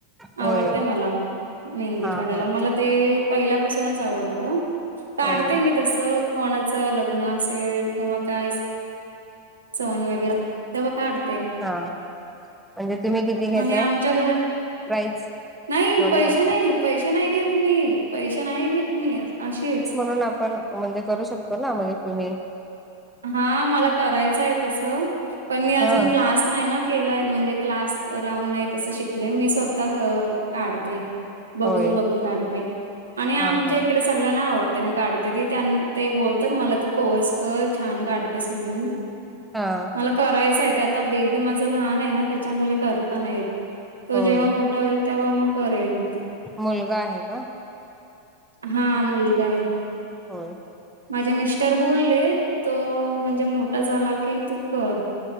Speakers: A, in the centre; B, on the right (about 75°).
A: होय.
B: आवडते मला, मेहंदी
A: हा
B: काढायला,
A: हा
B: मला ते पहिल्यापासूनच आवडतं. काढते
A: होय
B: मी तसं, कोणाचं लग्न असेल किंवा काय स सण वगैरे <unintelligible> तेव्हा काढते.
A: हं, म्हणजे तुम्ही किती घेताय,
B: आणि आमच्या घर
A: प्राईज?
B: नाही,
A: दोन्ही
B: पैशे
A: हात
B: नाही, पैशे नाही घेत मी, पैशे नाही घेत मी, अशेच
A: हो ना, पण म्हणजे करू शकतो ना, म्हणजे तुम्ही
B: हां मला करायचं य तसं, पण मी
A: हा.
B: अजून क्लास नाही ना केलाय, म्हणजे क्लास लावून, नाही तसं शिकले, मी स्वतः क-काढते. बघून-बघून
A: होय
B: काढते आणि आमच्या
A: हा हा
B: इकडे स सगळ्यांना आवडते, मी काढते ती, ते बोलतात मला तू कोर्स कर. छान काढतेस, म्हणून
A: हां.
B: मला करायचं य, ते आता बेबी माझं लहान आहे ना, त्याच्यामुले करता नाय येत. तो
A: होय
B: जेव्हा मोठा होईल, तेव्हा म करेल.
A: मुलगा आहे का?
B: हां, मुलगा ये.
A: होय.
B: माजे मिस्टर, बोलले तो, म्हणजे मोठा झाला की, तू कर